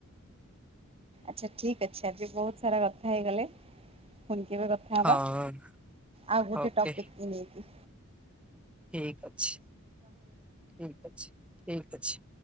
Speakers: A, on the right; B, in the centre.
A: ଆଚ୍ଛା ଠିକ୍ ଅଛି ଆଜି ବୋହୁତ ସାରା କଥା ହେଇଗଲେ ପୁଣି କେବେ କଥା ହବା
B: ହଁ
A: ଆଉ ଗୋଟେ
B: ଓକେ
A: ଟପିକକୁ ନେଇକି।
B: ଠିକ ଅଛି ଠିକ ଅଛି ଠିକ ଅଛି।